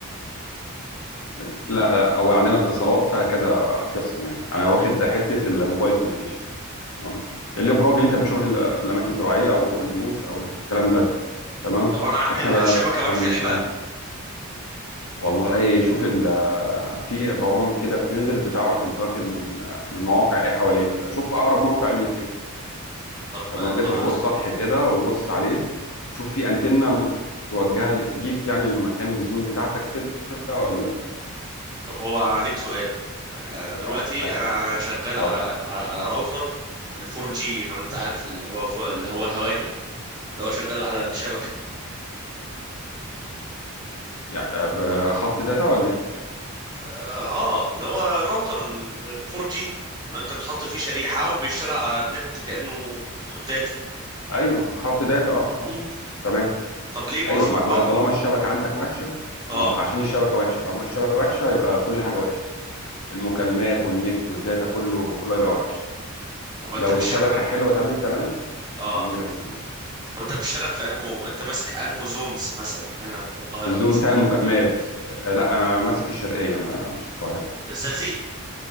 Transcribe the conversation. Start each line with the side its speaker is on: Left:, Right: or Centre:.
Left: لا لا هو عندنا اتصالات فيها كذا قسم يعني انا واخد حتة الموبايل كوميونيكيشن تمام الابراج اللي انت بتشوفها في ال- في الاماكن الزراعية او فوق البيوت او الكلام ده تمام
Right: طب انا عندي
Left: احنا
Right: ان
Left: بقى
Right: الشبكه
Left: احنا
Right: وحشه
Left: بنصين
Right: ليه بقى
Left: والله شوف ال في برامج كده بتنزل بتعرف انت واخد من من مواقع ايه حواليك لا شوف اقرب موقع ليك ايه
Right: طب
Left: تمام
Right: طب
Left: اطلع فوق السطح كده وبص عليه وشوف في انتنه متوجهه ليك يعني للمكان للزون بتاعتك كده ولا
Right: طب هو عليك سؤال أنا
Left: لا.
Right: دلوقتي
Left: اسهل
Right: انا
Left: حاجه
Right: انا شغال
Left: اتفضل
Right: على على, على راوتر ال4 جي لو انت عارف اللي هو فوق اللي هو الهوائي اللي هو شغال على الشبكه
Left: يعني بخط داتا ولا ايه
Right: اه آه، اللي هو الراوتر ال4 جي لو انت بتحط فيه شريحه وبيشتغل على النت كانه داتا
Left: ايوه خط داتا اه اه
Right: مم.
Left: تمام
Right: طب ليه معظم
Left: ايوه ما
Right: الوقت
Left: ما هو طالما الشبكه عندك وحشه
Right: اه
Left: ما هو ط- عشان الشبكه وحشه طالما الشبكه وحشه يبقى كل حاجه وحشه المكالمات والنت والداتا كله كله هيبقى وحش
Right: طب
Left: لو
Right: انت بتشتغل
Left: الشبكة
Right: انت
Left: حلوة تمام تمام
Right: اه
Left: هيجي لك ال-
Right: طب انت بتشتغل في انه انت ماسك انه زونز مثلا هنا في القاهرة
Left: الزوم
Right: مثلا
Left: بتاع المكالمات آه، لا انا ماسك الشرقية ما- مش القاهرة
Right: الزقازيق